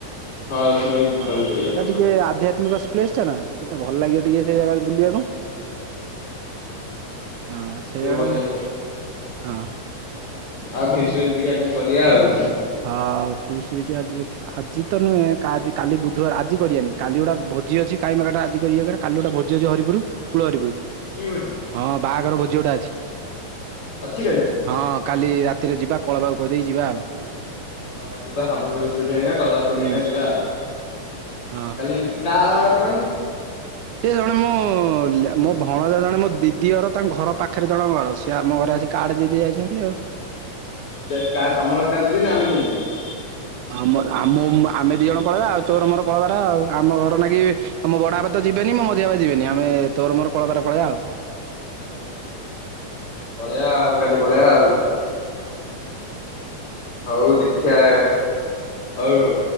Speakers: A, on the left (about 45°); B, on the right (about 85°).
A: ହଁ ରତ୍ନଗିରି ଯିବାକୁ
B: ହଁ
A: ପଡିବ
B: ସେଟା
A: କୋଉଦିନ।
B: ଟିକେ ଆଧ୍ୟା <unintelligible> ପ୍ଲେସ ଟା ନା ସେଇଟା ଭଲ ଲାଗିବ ଟିକେ
A: ହୁଁ
B: ସେ ଜାଗା ବୁଲିବାକୁ।
A: ହୁଁ ହୁଁ
B: ହଁ ସେଇଆଡେ
A: ଯୋଉ ଭଲ ଲାଗିବ
B: ହଁ।
A: ଆଉ ଆଉ ଫିସ୍ ଫିସ୍ ଦେଖିବା କଣ କରିବା ଆଉ।
B: ହଁ ଫିସ୍ ବି ଟିକ ଆଜି ଦେଖି ଆଜି ତ ନୁହେଁ କା ଆଜି କାଲି ବୁଧବାର ଆଜି କରିବାନି କାଲି ଗୋଟା ଭୋଜି ଅଛି କାଇଁବେକାର ଟା ଆଜି କରିବା କ କାଲି ଗୋଟେ ଭୋଜି ଅଛି ହରିପୁର, କୂଳ ହରିପୁରୁ।
A: କି ଭୋଜି?
B: ହଁ ବାହାଘର ଭୋଜି ଗୋଟା ଅଛି।
A: ଅଛିି କାଲି
B: ହଁ କାଲି ରାତିରେ ଯିବା, କଳବାହୁ କହିଦେଇ ଯିବା ଆଉ।
A: ହଁ ଯିବା ସନ୍ତ ସ୍କୁଟି ଆଣିବା <unintelligible>
B: ହୁଁ
A: ଯିବା ଆଉ
B: ହଁ।
A: କାଲି କାବାହାଘର କଇଁନି?
B: ସିଏ ଜଣେମୋ ମୋଭଉଣଜା ଜଣେ ମୋ ଦିଦି ଘର ତାଙ୍କ ଘର ପାଖରେ ଜଣ ଘର ସିଏ ଆମ ଘରେ ଆସିକି କାର୍ଡ ଦେଇ ଦେଇ ଯାଇଚନ୍ତି ଆଉ।
A: ସେକାର୍ଡ ତମର କାଟିଚିନା ଆମେ କେମିତି ଯିମୁ।
B: ଆମ ଆମ ଆମେ ଦିଜଣ ପଳେଇବା ଆଉ ତୋର ମୋର କଳକାରାର ଆଉ ଆମ ଘର ନାଗି ଆମୋ ବାଡ଼ାବାପାତ ଯିବେନି ମୋ ମଝିଆବାପା ଯିବେନି ଆମେ ତୋର ମୋର କଳାକାର ପଳେଆ ଆଉ।
A: ହୋଲ୍ ଯାଉନ ପଳେଇବା ଆଉ କାଲି ପଳେଇବା ଆଉ। ହଉ ଦେଖିଆ ହଉ ହଉ।